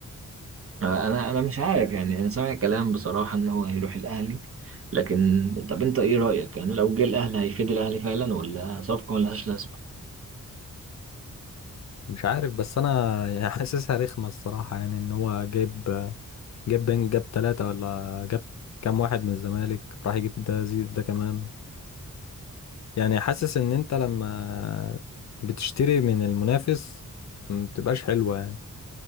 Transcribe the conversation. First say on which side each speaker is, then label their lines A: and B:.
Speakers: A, on the right; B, on the left.
A: آه، انا انا مش عارف يعني انا سامع كلام بصراحه ان هو هيروح الاهلي لكن طب انت ايه رايك يعني لو جه الاهلي هيفيد الاهلي فعلا ولا صفقه ملهاش لازمه
B: مش عارف بس انا يعني <laughs> حاسسها رخمه الصراحه يعني ان هو جايب آه، جاب بين جاب ثلاثة ولا جاب كام واحد من الزمالك راح يجيب ده زيد ده كمان يعني حاسس ان انت لما بتشتري من المنافس ما بتبقاش حلوة يعني